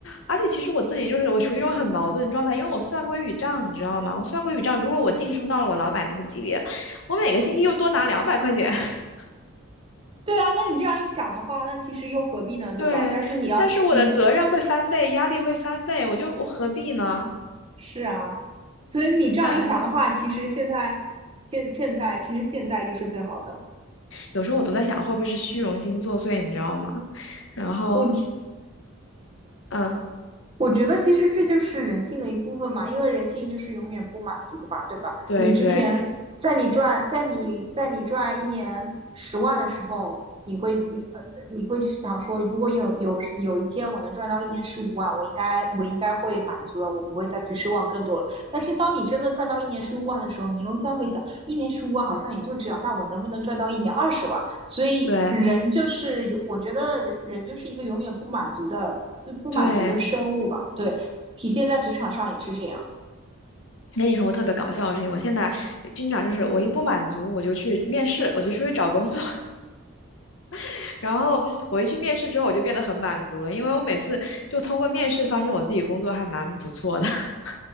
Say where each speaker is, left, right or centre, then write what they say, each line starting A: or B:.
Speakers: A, on the left; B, on the right.
A: 而且其实我自己就是我处于一种很矛盾状态，因为我算过一笔账，你知道吗？我算过一笔账，如果我晋升到了我老板那个级别，我每个星期又多拿两百块钱，<laughs>
B: 对啊，那你这样一想的话，那其实又何必呢，对吧？
A: 对，
B: 但是你要你
A: 但是我的责任会翻倍，压力会翻倍，我就我何必呢？
B: 是啊，所以你这样一想的话，
A: 哎，
B: 其实现在现现在其实现在就是最好的。
A: 有时候我都在想，会不会是虚荣心作祟，你知道吗？然后，
B: 我
A: 嗯，
B: 我觉得其实这就是人性的一部分嘛，因为人性就是永远不满足的吧，对吧？
A: 对对
B: 你之前在你赚在你在你赚一年十万的时候，你会你呃你会想说，如果有有有一天我能赚到一年十五万，我应该我应该会满足了，我不会再去奢望更多了。但是当你真的赚到一年十五万的时候，你又将会想，一年十五万好像也就这样，那我能不能赚到一年二十万？所以人就是有，
A: 对，
B: 我觉得人就是一个永远不满足的，就不满足的生物吧。
A: 对，
B: 对，体现在职场上也是这样。
A: 跟你说我特别搞笑的事情，我现在经常就是我一不满足，我就去面试，我就出去找工作，<laughs> 然后我一去面试之后，我就变得很满足了，因为我每次就通过面试发现我自己工作还蛮不错的。<laughs>